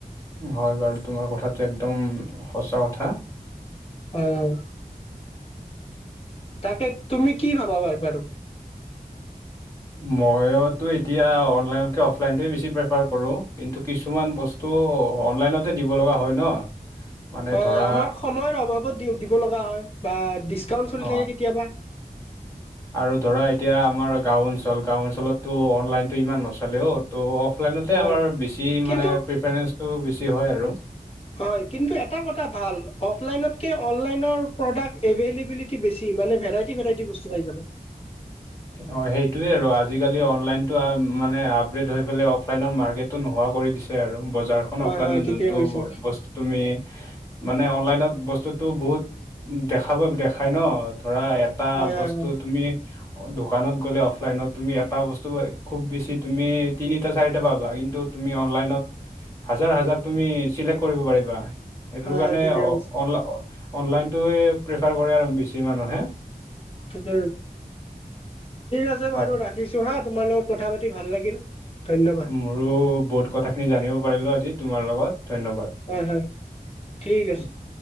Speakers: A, on the left (about 20°); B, on the left (about 35°).
A: হয় বাৰু তোমাৰ কথাটো একদম সঁচা কথা।
B: হয় হয়। তাকে তুমি কি ভাবা বাৰ বাৰু
A: মইতো এতিয়া অনলাইনকে অফলাইনটোৱে বেছি প্ৰেফাৰ কৰোঁ কিন্তু কিছুমান বস্তু- ও অনলাইনতে দিব লগা হয় ন- মানে
B: হয়
A: ধৰা
B: আমাক সময়ৰ অভাৱত দিব লগা হয় বা ডিচকাউন্ট চলি
A: অ
B: থাকে কেতিয়াবা।
A: আৰু ধৰা এতিয়া আমাৰ গাও অঞ্চল গাও অঞ্চলতো অনলাইনতো ইমান নচালেও ত' অফ ফ্লাইনতে
B: হয়
A: আমাৰ বেছি
B: কিন্তু
A: মানে প্ৰিফাৰেঞ্চটো বেছি হয় আৰু
B: হয় কিন্তু এটা কথা ভাল অফলাইনতকে অনলাইনৰ প্ৰডাক্ট এভেইলেবিলিটি বেছি মান ভেৰাইটি ভেৰাইটি বস্তু- পাই যাবা।
A: অ সেইটোৱে আৰু আজি আজিকালি অনলাইনতটো মানে আপগ্ৰেড হৈ পেলাই অফলাইনত মাৰ্কেটটো নোহোৱা কৰি দিছে আৰু বজাৰখন
B: হয়
A: অফলাইনত
B: হয় ঠিকে
A: জোনটো
B: কৈছা
A: বস্তু তুমি মানে অন অনলাইনত বস্তুতটো বহুত দেখাব দেখাই ন ধৰা এটা
B: হয় হয়
A: বস্তু
B: হয়
A: তুমি দোকানত গ'লে অফলাইনত তুমি এটা বস্তু বা খুব বেছি তুমি তিনিটা চাৰিটা পা বা কিন্তু তুমি অনলাইনত- হাজাৰ হাজাৰ তুমি চিলেক্ট কৰিব পাৰিবা সেইটো
B: হয়
A: কাৰণে
B: হয় ঠিকে
A: অ
B: কৈছা
A: অনলাইন- অনলাইনটোয়ে প্ৰিফাৰ কৰে আৰু বেছি মানুহে
B: ঠিক আছে
A: হয়
B: বাৰু ৰাখিছো হা তোমাৰ লগত কথা পাতি ভাল লাগিল ধন্যবাদ
A: মোৰো বহুত কথাখিনি জানিব পাৰিলো আজি তোমাৰ লগত- ধন্যবাদ
B: হয় হয় ঠিক আছে।